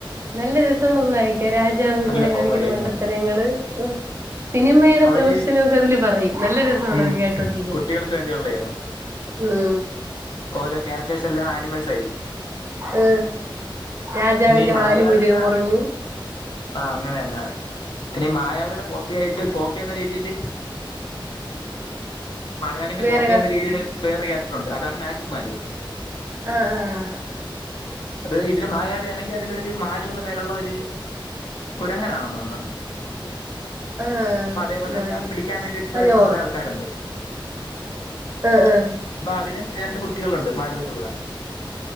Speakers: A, on the right; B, on the left.
A: നല്ല രസമാണ് വാണത് വായിക്കാൻ രാജാവ്
B: നല്ല
A: ഇങ്ങനെ കാണിക്കുന്ന
B: കോമഡിയാണ്
A: മണ്ടത്തരങ്ങള് സിനിമയുടെ
B: അവര്
A: പ്രദർശനമൊക്കെ അതില് പറയും നല്ല രസമാണ്തൊക്കെ
B: ഉം
A: കേട്ടോണ്ടിക്കാൻ
B: കുട്ടികൾക്ക് വേണ്ടിയുള്ളതാണ്
A: ആ
B: ഓരോ ക്യാരറ്റേഴ്സ് എല്ലാം ആനിമൽസ് ആയിരിക്കും
A: ഉം രാജാവിന്റെ
B: പിന്നെ ഈ മായാവിയുടെ
A: വാല് മുരു മുറിഞ്ഞു
B: ആഹ അങ്ങനെയന്നെ പിന്നെ മായവിയയുടെ കോപ്പി ആയിട്ട് കോപ്പി എന്ന രീതിയില് മായാവിന്റെ
A: വേറെ
B: കോപ്പി
A: ക
B: എന്ന രീതിയിയില് വേറെ ക്യാരക്ടർ ഉണ്ട് അതാണ് മാജിക് മാലു
A: ആഹ ആഹ്
B: അത് ഇതില് മായ വേണെങ്കിൽ അതിലരു മാലു ന്ന് പേരുള്ള ഒരു കുരങ്ങനാണോെന്ന്ന്നു
A: ആഹ്
B: അപ്പൊ അതേപോലെ
A: മാലി
B: തന്നെ പിടിക്കാൻ വേണ്ടിട്ട്
A: അത്
B: വരുന്ന
A: ഞാൻ
B: കുറേ ആൾക്കാരുണ്ട്
A: ആഹ ആഹ്
B: അപ്പൊ അതിലും രണ്ട് കുട്ടികളുണ്ട് മലൂവിന്റെ കൂടെ